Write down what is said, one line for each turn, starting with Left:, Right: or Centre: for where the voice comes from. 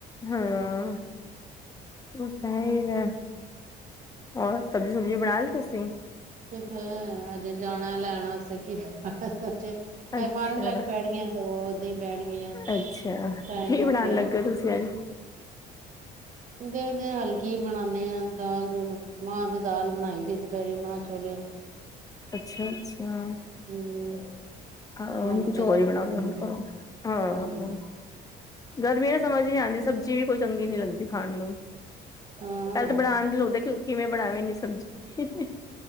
Left: ਹਾਂ ਉਹ ਤਾਂ ਹੈ ਆ ਹੋਰ ਸਬਜ਼ੀ ਸੁਬਜੀ ਬਣਾ ਲਈ ਤੁਸੀਂ,
Right: ਕਿੱਥੇ ਅਜੇ ਜਾਣਾ ਲੈਣਾ <unintelligible> ਅੱਛਾ ਇਹ
Left: ਅੱਛਾ
Right: ਫਾਰਮ ਲੈ ਕੇ ਬੈਠ ਗਏ ਤੇ ਉਹਦੇ ਹੀ ਬੈਠ ਗਈਆਂ।
Left: ਅੱਛਾ
Right: ਟਾਈਮ
Left: ਕੀ ਬਣਾਣ
Right: ਹੋ ਗਿਆ
Left: ਲੱਗੇ ਤੁਸੀਂ ਅੱਜ?
Right: ਦੇਖਦੇ ਹਲੇ ਬਣਾਨੇ ਆ ਦਾਲ ਮਾਂਹ ਦੀ ਦਾਲ ਬਣਾਈ ਸੀ ਦੁਪਹਿਰੀ ਮਾਂ ਛੋਲਿਆਂ ਦੀ।
Left: ਅੱਛਾ ਅੱਛਾ,
Right: ਹੂੰ,
Left: ਹਾਂ ਹੁਣ
Right: ਹਲਕਾ
Left: ਕੁਛ ਹੋਰ
Right: ਕੋਈ
Left: ਹੀ ਬਣਾ
Right: ਬਣਾਉਂਦੀ ਹਾਂ
Left: ਹਾਂ
Right: ਹਾਂਜੀ
Left: ਗਰਮੀ ਨਾ ਸਮਝ ਹੀ ਆਂਦੀ। ਸਬਜ਼ੀ ਵੀ ਕੋਈ ਚੰਗੀ ਨੀ ਲੱਗਦੀ ਖਾਣ ਨੂੰ।
Right: ਹਾਂ
Left: ਹਲੇ ਤਾਂ ਬਣਾਣ ਦੀ ਸੋਚ ਲੱਗੇ ਕਿਵੇਂ ਬਣਾ ਮੈਂ ਇੰਨੀ ਸਬਜ਼ੀ।